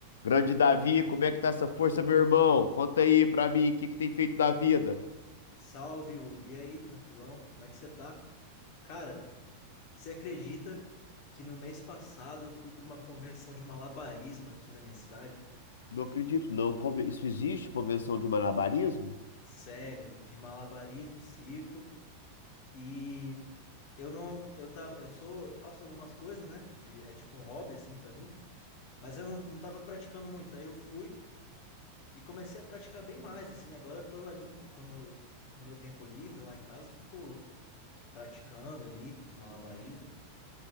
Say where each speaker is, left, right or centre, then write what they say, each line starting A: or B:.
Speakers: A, on the left (about 65°); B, on the left (about 45°).
A: Grande Davi, como é que tá essa força, meu irmão? Conta aí pra mim, o que que tem feito da vida?
B: Salve, Hugo. E aí, tranquilão? Como é que você tá? Cara, você acredita que no mês passado eu fui pra uma convenção de malabarismo aqui na minha cidade?
A: Não acredito, não. Conven- Isso existe? Convenção de malabarismo?
B: Sério, de malabarismo, circo e eu não, eu tava, eu sou, eu faço algumas coisas, né? De, é tipo um hobby assim pra mim, mas eu não, não tava praticando muito. Aí eu fui e comecei a praticar bem mais assim. Agora eu tô ali em- quando no meu tempo livre lá em casa, eu fico praticando ali os malabarismos.